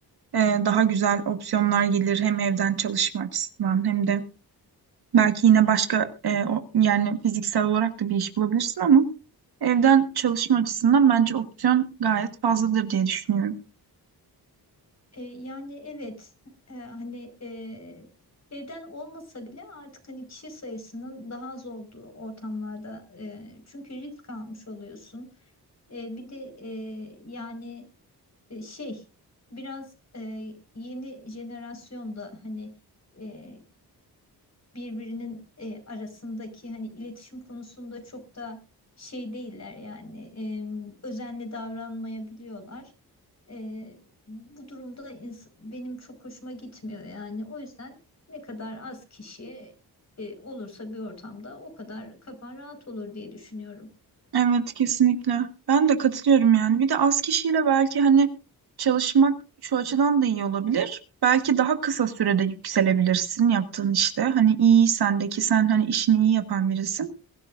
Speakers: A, on the right; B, on the left.
A: Ee, daha güzel opsiyonlar gelir hem evden çalışma açısından hem de belki yine başka e, o- yani fiziksel olarak da bir iş bulabilirsin ama evden çalışma açısından bence opsiyon gayet fazladır diye düşünüyorum.
B: E, yani evet e, hani e, evden olmasa bile artık hani kişi sayısının daha az olduğu ortamlarda e, çünkü risk almış oluyorsun. E, bir de e, yani e, şey biraz e, yeni jenerasyonda hani e, birbirinin e, arasındaki hani iletişim konusunda çok da şey değiller yani e, özenli davranmayabiliyorlar. E, bu durumda ins- benim çok hoşuma gitmiyor yani o yüzden ne kadar az kişi e, olursa bir ortamda o kadar kafan rahat olur diye düşünüyorum.
A: Evet kesinlikle. Ben de katılıyorum yani. Bir de az kişiyle belki hani çalışmak şu açıdan da iyi olabilir. Belki daha kısa sürede yükselebilirsin yaptığın işte. Hani iyi sendeki sen hani işini iyi yapan birisin.